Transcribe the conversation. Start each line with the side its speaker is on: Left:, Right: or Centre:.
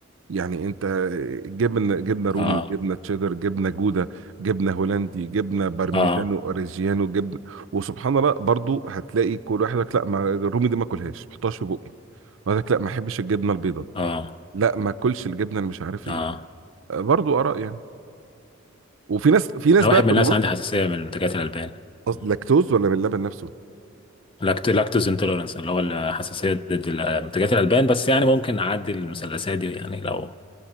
Right: يعني انت آه، جبن جبنه رومي
Left: آه
Right: جبنه تشيدر جبنه جوده جبنه هولندي جبنه بارميجانو
Left: آه
Right: اوريجيانو جبنه وسبحان الله برضو هتلاقي كل واحد يقول لك لا ما الرومي دي ما اكلهاش ما احطهاش في بقي ويقول لك لا ما احبش الجبنه البيضاء
Left: آه
Right: لا ما اكلش الجبنه اللي مش عارف ايه
Left: آه
Right: آه، برضو اراء يعني وفي ناس في ناس
Left: أنا
Right: بقى
Left: واحد من
Right: في
Left: الناس
Right: النص
Left: عندي حساسية من منتجات الألبان
Right: أص-
Left: مم.
Right: لاكتوز ولا من اللبن نفسه
Left: لاكت- لاكتوز انتوليرنس اللي هو الحساسية ضد ال- منتجات الألبان بس يعني ممكن أعدي المثلثات دي يعني لو